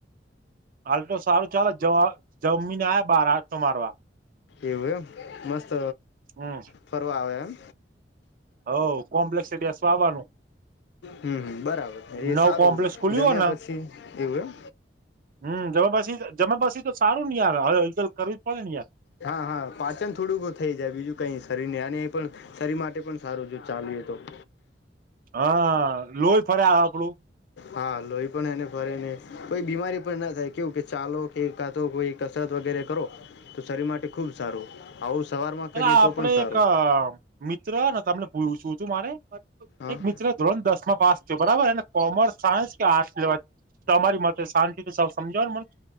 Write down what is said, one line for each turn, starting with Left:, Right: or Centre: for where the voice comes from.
Right: હાલ તો સારું ચાલે જવા જમીને આયા બાર આટો મારવા
Left: એવું એમ મસ્ત
Right: હમ
Left: ફરવા આવે એમ
Right: હવ કોમ્પ્લેક્ષ બેસવા આવાનું
Left: હમ્મ હમ્મ બરાબર છે એ
Right: નવ
Left: સારું
Right: કોમ્પ્લેક્ષ ખુલ્યું
Left: જમ્યા
Right: હોય
Left: પછી એવું એમ
Right: હમ્મ જમાપસી જમાપસી તો સારું ની <unintelligible> કરવી જ પડે યાર
Left: હા હા પાચન થોડુંક થઈ જાય બીજું કઈ શરીર ને અને એ પણ શરીર માટે પણ સારું જો ચાલીએ તો
Right: હા લોહી ફરે આપણું
Left: હા લોહી પણ એને ફરે ને કોઈ બીમારી પણ ના થાય કેવું કે ચાલો <unintelligible> તો કોઈ કસરત વગેરે કરો તો શરીર માટે ખૂબ સારું આવું સવારમાં
Right: અને
Left: કરીએ
Right: આપડે
Left: તો પણ સારું
Right: એક મિત્ર ને <unintelligible> મારે
Left: હા
Right: ધોરણ દસમાં પાસ થયો બરાબર અને કોમર્સ સાયન્સ આર્ટસ લેવાય તમારી મતે શાંતિ સમજવાનું મન